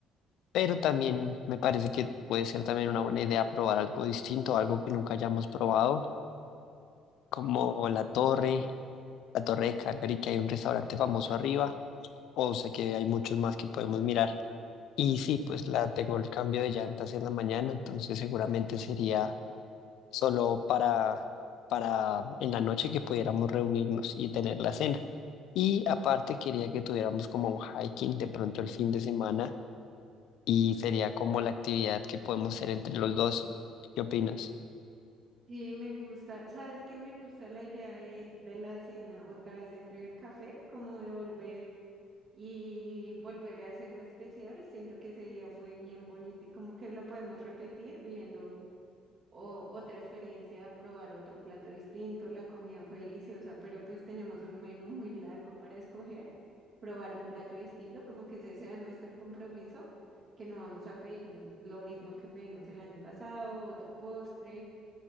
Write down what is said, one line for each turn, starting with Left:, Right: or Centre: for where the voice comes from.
Left: pero también me parece que puede ser también una buena idea probar algo distinto, algo que nunca hayamos probado, como la torre, la torre de Calgary, que hay un restaurante famoso arriba, o sé que hay muchos más que podemos mirar. Y sí, pues la tengo el cambio de llantas en la mañana, entonces seguramente sería solo para, para en la noche que pudiéramos reunirnos y tener la cena. Y aparte quería que tuviéramos como un hiking de pronto el fin de semana y sería como la actividad que podemos hacer entre los dos. ¿Qué opinas?
Right: Sí, me gusta. ¿Sabes qué? Me gusta la idea de, de la cena otra vez en River Café, como de volver y volver a hacerlo especial. Siento que ese día fue bien bonito y como que lo podemos repetir viviendo o- otra experiencia, probar otro plato distinto. La comida fue deliciosa, pero pues tenemos un menú muy largo para escoger. Probar un plato distinto, como que ese sea nuestro compromiso, que no vamos a pedir lo mismo que pedimos el año pasado, otro postre